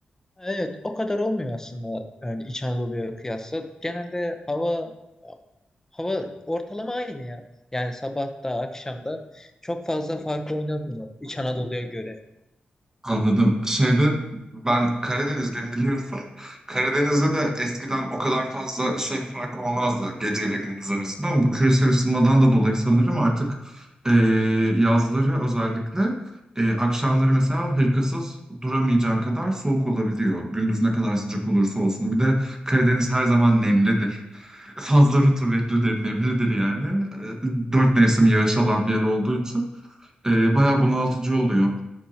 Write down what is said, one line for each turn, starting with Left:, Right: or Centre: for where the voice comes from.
Left: Evet o kadar olmuyor aslında yani İç Anadolu'ya kıyasla. Genelde hava hava ortalama aynı ya. Yani sabah da akşam da çok fazla fark oynamıyor İç Anadolu'ya göre.
Right: Anladım. Şeyde ben Karadenizliyim biliyorsun. Karadeniz'de de eskiden o kadar fazla şey farkı olmazdı geceyle gündüz arasında ama bu küresel ısınmadan da dolayı sanırım artık e, yazları özellikle e, akşamları mesela hırkasız duramayacağın kadar soğuk olabiliyor. Gündüz ne kadar sıcak olursa olsun. Bir de Karadeniz her zaman nemlidir. <laughs> Fazla rutubetlidir, nemlidir yani. E, dört mevsim yağış alan bir yer olduğu için e, bayağı bunaltıcı oluyor.